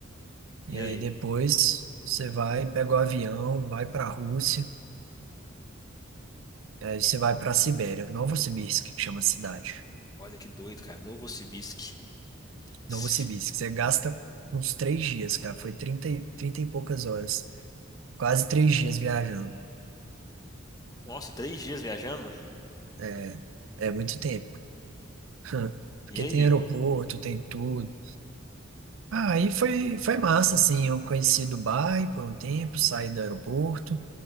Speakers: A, on the right; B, on the left.
A: E
B: E
A: aí
B: aí?
A: depois você vai, pega o avião, vai pra Rússia. Aí você vai para a Sibéria, Novosibirsk, que chama a cidade.
B: Olha que doido, cara. Novosibirsk.
A: Novosibirsk.
B: <laughs>
A: Você gasta uns três dias, cara. Foi trinta, e, 30 e poucas horas. Quase três dias viajando.
B: Nossa, três dias viajando?
A: É é muito tempo. <laughs> Porque
B: E aí?
A: tem aeroporto, tem tudo. Ah, aí foi, foi massa, assim. Eu conheci Dubai por um tempo, saí do aeroporto,